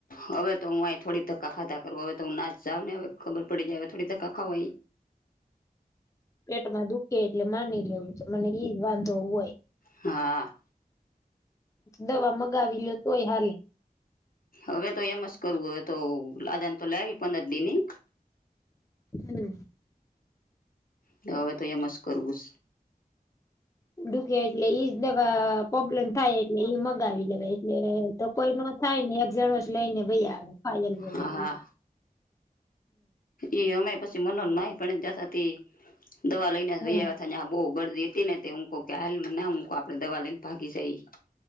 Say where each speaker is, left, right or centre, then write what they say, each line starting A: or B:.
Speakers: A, on the left (about 65°); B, on the left (about 20°).
A: હવે તો હું અ થોડી ધક્કા ખાધા કરું હવે તો હું ના જ ને હવે ખબર પડી જાય હવે થોડી ધક્કા ખાવ.
B: પેટમાં દુખે એટલે માની લેવું છે મને એઈ વાંધો હોય.
A: હા.
B: દવા મગાવી લોયો તો હોય હાલે.
A: હવે તો એમ જ કરવું હવે તો આદન તો લે પંદર દિન ની.
B: હમ્મ.
A: તો હવે તો એમ જ કરવું.
B: ડુકે એટલે ઈજ નવા પ્રોબ્લેમ થાય. એટલે ઈ મગાવી લેવા એટલે તો કોઈ ન થાય ને એક જણો જ લઈને વૈ આવે. પાયલ બોલે
A: હા
B: તે.
A: એ અમે પછી મનો માહી પણ જતા દવા લઈને
B: હા
A: વયા. તજા બહુ ગર્દી હતી ને તે હુંકો કે હ ના હુંકો આપડે દવા લઈને ભાગી જઈ.